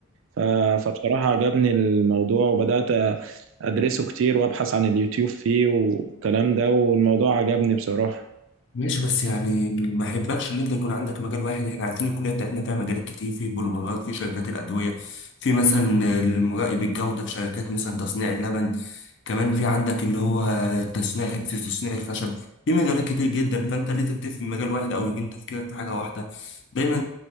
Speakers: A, on the right; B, on the left.
A: ف- فبصراحة عجبني الموضوع وبدأت أدرسه كتير وأبحث عن اليوتيوب فيه والكلام ده والموضوع عجبني بصراحة
B: ماشي بس يعني ما يحبكش ان انت يكون عندك مجال واحد احنا عارفين الكليه بتاعتنا فيها مجالات كتير في بوليمرات في شركات الادويه في مثلا المراقب الجوده في شركات مثلا تصنيع اللبن كمان في عندك اللي هو تصنيع في تصنيع الخشب في مجالات كتير جدا فانت ليه تكتفي في مجال واحد او يكون تفكيرك في حاجه واحده دايما